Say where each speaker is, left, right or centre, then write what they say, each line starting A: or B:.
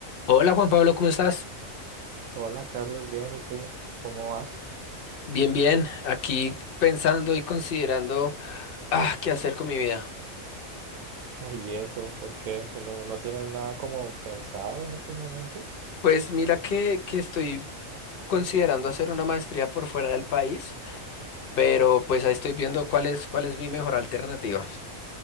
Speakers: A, on the left; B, on the right.
A: Hola Juan Pablo, ¿cómo estás?
B: Hola Carlos, bien, ¿y tú? ¿Cómo vas?
A: Bien, bien, aquí pensando y considerando, ah, qué hacer con mi vida.
B: <laughs> ¿Y eso? ¿Por qué? ¿No, no tienes nada como pensado en estos momentos?
A: Pues mira que, que estoy considerando hacer una maestría por fuera del país, pero pues ahí estoy viendo cuál es, cuál es mi mejor alternativa.